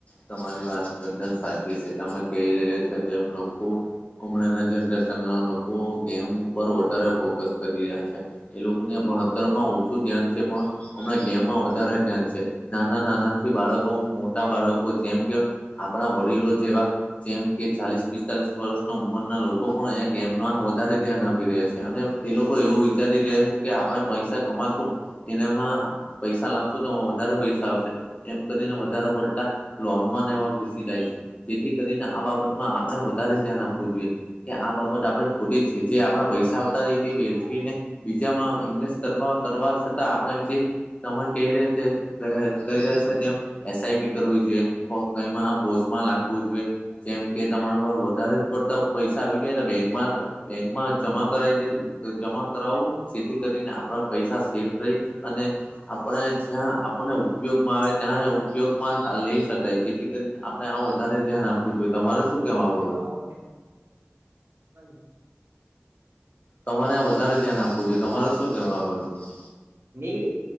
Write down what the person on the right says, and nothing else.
હા ઓકે <unintelligible>
ની